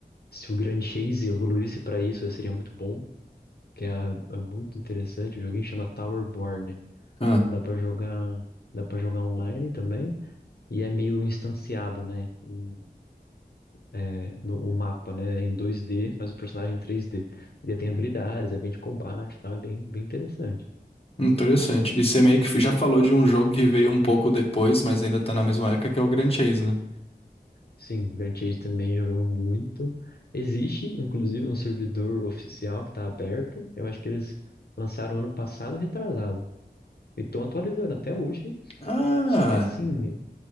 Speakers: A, on the left; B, on the left.
A: se o Grand Chase evoluísse pra isso, seria muito bom. que é, é muito interessante. O joguinho chama Towerborn.
B: Ah,
A: Dá pra jogar, dá para jogar online também. E é meio instanciado, né? O- É, no, o mapa, né? É em 2D, mas o personagem é em 3D. Ele tem habilidades, é bem de combate, e tal, É bem, bem interessante.
B: interessante. E você meio que já falou de um jogo que veio um pouco depois, mas ainda tá na mesma época, que é o Grand Chase, né?
A: Sim, Grand Chase também jogamos muito. Existe, inclusive, um servidor oficial que está aberto. Eu acho que eles lançaram ano passado, retrasado. E estão atualizando até hoje.
B: Ah,
A: Só que assim,